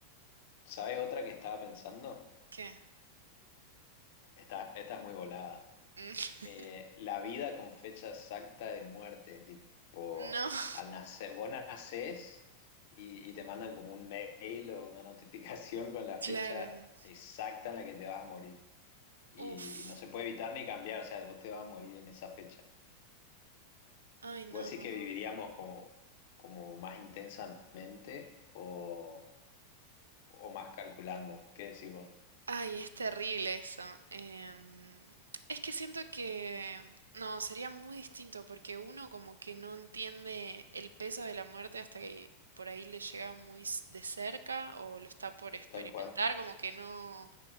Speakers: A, on the left; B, on the right.
A: ¿Sabes otra que estaba pensando?
B: ¿Qué?
A: Esta, esta es muy volada.
B: Mm,
A: Eh,
B: <laughs>
A: la vida con fecha exacta de muerte, tipo,
B: No, <laughs>
A: al nacer, vos nacés y, y te mandan como un mail o una <laughs> notificación con la fecha
B: claro.
A: exacta en la que te vas a morir. Y,
B: Uf.
A: y no se puede evitar ni cambiar, o sea, vos te vas a morir en esa fecha.
B: Ay, no,
A: ¿Vos
B: no,
A: decís que
B: no.
A: viviríamos como, como más intensamente o, o más calculando? ¿Qué decís vos?
B: Ay, es terrible eso. em, es que siento que... No, sería muy distinto porque uno como que no entiende el peso de la muerte hasta que por ahí le llega muy s- de cerca o lo está por experimentar,
A: Tal cual.
B: como que no...